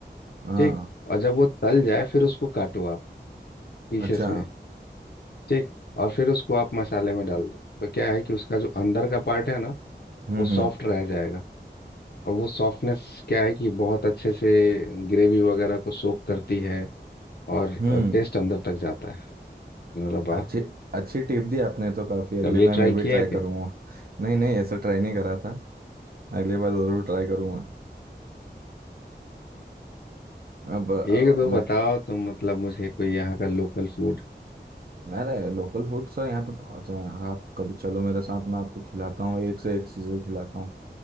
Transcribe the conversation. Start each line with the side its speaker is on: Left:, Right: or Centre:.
Right: हाँ
Left: ठीक और जब वो तल जाए फिर उसको काटो आप पीसेस
Right: अच्छा
Left: में ठीक और फिर उसको आप मसाले में डाल दो तो क्या है कि उसका जो अंदर का पार्ट है ना
Right: हम्म
Left: वो सॉफ्ट
Right: हम्म
Left: रह जाएगा और वो सॉफ्टनेस क्या है कि बहुत अच्छे से ग्रेवी वगैरह को सोख करती है और
Right: हम्म
Left: टेस्ट अंदर तक जाता है मैंने बोला
Right: अच्छी
Left: वाह
Right: अच्छी टिप दी आपने तो काफ़ी अगली
Left: कभी ये
Right: बार
Left: ट्राई
Right: मैं भी
Left: किया
Right: ट्राई
Left: है क्या
Right: करूँगा नहीं नहीं ऐसा ट्राई नहीं करा था अगली बार ज़रूर ट्राई करूँगा अब अ,
Left: एक दो
Right: मैं
Left: बताओ तुम मतलब मुझे कोई यहाँ का लोकल फूड
Right: मेरे लोकल फूड सर यहाँ पे बहुत हैं आप कभी चलो मेरे साथ मैं आपको खिलाता हूँ एक से एक चीज़ें खिलाता हूँ